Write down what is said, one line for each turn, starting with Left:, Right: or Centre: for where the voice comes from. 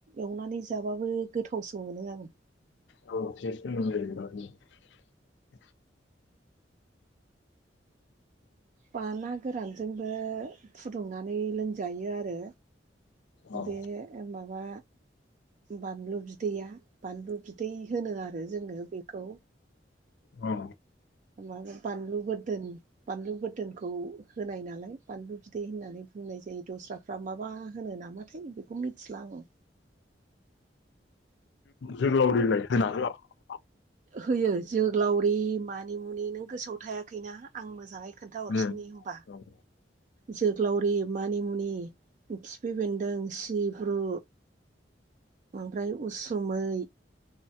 Right: एवनानै जाबाबो गोथावसो मोनो आङो।
Left: औ टेस्ट दोङो जाहैबायना। <inaudible>
Right: बा ना गोरानजोंबो फुदुंनानै लोंजायो आरो।
Left: औ
Right: बे माबा बानलु बिदैया बानलु बिदै होनो आरो जोङो बेखौ।
Left: औ
Right: <unintelligible> बानलु बोरदोन बानलु गोरदोनखौ होनाय नालाय बानलु बिदै होननानै बुंनाय जायो दस्राफ्रा माबा होनो नामाथाय बेखौ मिथिला आङो।
Left: <unintelligible>
Right: होयो । जोग्लावरि मानिमुनि नों गोसोआव थायाखैना आं मोजाङै खोन्थाहरफिननि
Left: नो
Right: होनबा
Left: औ
Right: जोग्लावरि मानिमुनि खिफि बेन्दों सिब्रु ओमफ्राय उसुमै